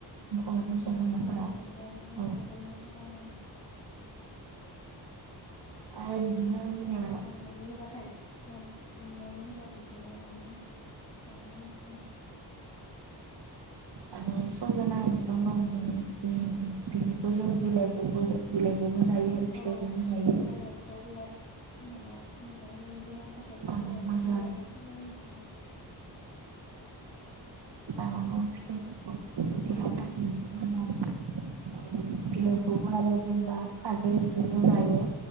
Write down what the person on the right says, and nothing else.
औ मोसौ
बोरमाफोरा
औ
आरो बिदिनो जेनेबा
आरो संजना बिफां दं बे बि-बि-बिनिखौ जों बिलाइखौबो बिलाइखौबो जायो। आरो फिथाइखौबो
जायो
औ मोजां
जानांगौ फिथायफोरखौ देहानि
थाखाय जि मोजां उम
बिलाइखौबो आरो जेनेबा खारदै ओंख्रिजों जायो।